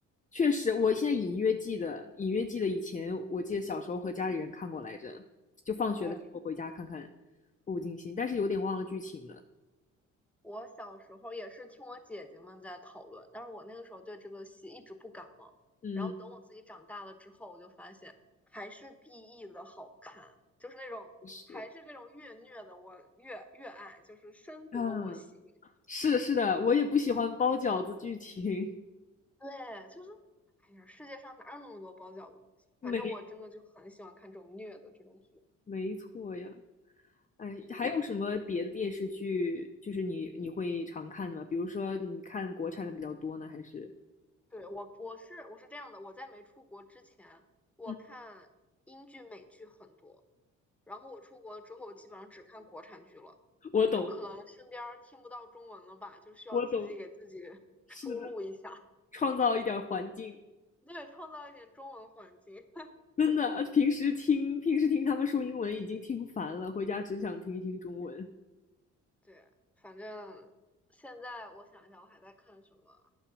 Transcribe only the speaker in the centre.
我也是，
我小时候也是听我姐姐们在讨论，但是我那个时候对这个戏一直不感冒。
然后等我自己长大了之后，我就发现还是 BE 的好看，就是那种还是这种越虐的，
我越越爱，就是深得我心。
对，就是哎呀，世界上哪有那么多包饺子剧情？反正我真的就很喜欢看这种虐的这种剧。
对，
对，我我是我是这样的，我在没出国之前，我看英剧、
美剧很多，然后我出国之后，基本上只看国产剧了，
就可能身边儿听不到中文了吧，就需要自己给自己
<laughs>
输入一下，
<laughs> 对，创造一点中文环境。
对，反正现在我想一下，我还在看什么？